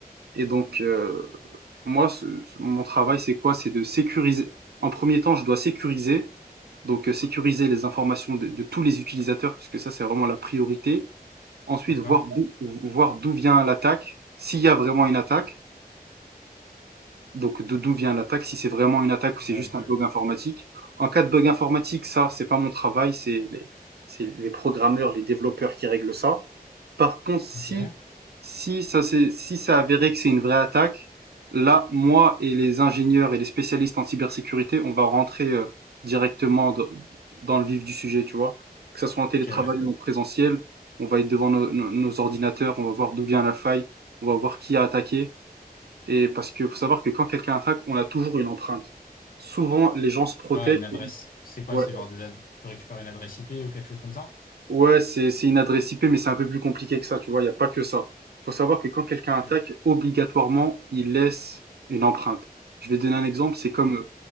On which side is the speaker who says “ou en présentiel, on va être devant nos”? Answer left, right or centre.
Right